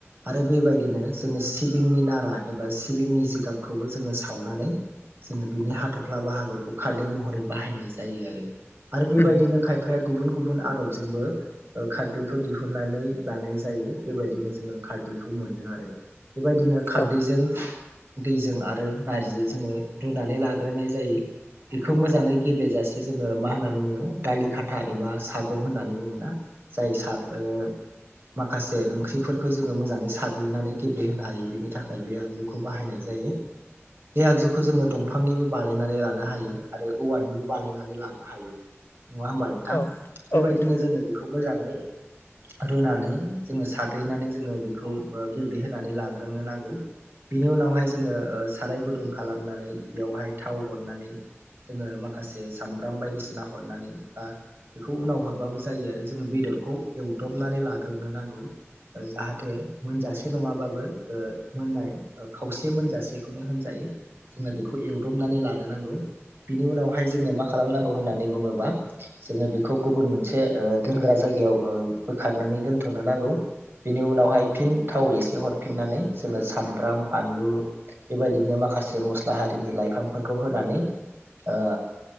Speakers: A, on the right; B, on the left.
A: आरो बेबायदिनो जोङो सिबिंनि नारा एबा सिबिंनि जिगाबखौबो जोङो सावनानै जोङो बिनि हाथ'फ्ला बाहागोखौ खारदै महरै बाहायनाय जायो आरो आरो
B: उम
A: बेबायदिनो खायफाया गुबुन-गुबुन आदबजोंबो खारदैखौ दिहुननानै लानाय जायो बेबायदिनो जोङो खार दैखौ मोनो आरो बेबायदिनो खारदैजों
B: औ
A: दैजों आरो नारजि जोङो रुनानै लाग्रोनाय जायो। बेखौ मोजाङै गेब्लेेजासे जोङो मा होननानै बुङो दालि खाथा एबा सागं होननानै बुङो ना। जाय सार ओ माखासे ओंख्रिफोरखौ जोङो मोजाङै साग्लिनानै गेब्लेहोनो हायो बेनि थाखाय बे आगजुखौ बाहायनाय जा यो बे आगजुखौ जोङो दंफांनिबो बानायनानै लानो हायो आरो औवानिबो बानायनानै लानो हायो। नङा होमबा नोंथां
B: औ
A: बेबायदिनो
B: औ नोंथां
A: जोङो बेखौ मोजाङै रुनानै जोङो साग्लिनानै जोङो बेखौ ओ गेब्लेहोनानै लाग्रोनो नांगौ बिनि उनावहाय जोङो साराय गुदुं खालामनानै बेयावहाय थाव हरनानै जोङो माखासे सामब्राम बायदिसिना हरनानै बा बेखौ उनाव हरबाबो जायो आरो जोङो बेदरखौ एवदबनानै लाग्रोनो नांगौ जाहाथे मोनजासे नङाबाबो ओ मोननाय खावसे मोनजासेखौनो होनजायो जोंना बेखौ एवदबनानै लानो नांगौ बिनि उनावहाय जोङो मा खालामनांगौ होननानै बुङोबा जोङो बेखौ गुबुन मोनसे ओ दोनग्रा जाय गायाव बोखारनानै दोनथ'नो नांगौ। बेनि उनावहाय फिन थाव एसे हरफिननानै जोङो सामब्राम बानलु बेबायदिनो मा माखासे मस्ला हारिनि लाइफांफोरखौ होनानै ओ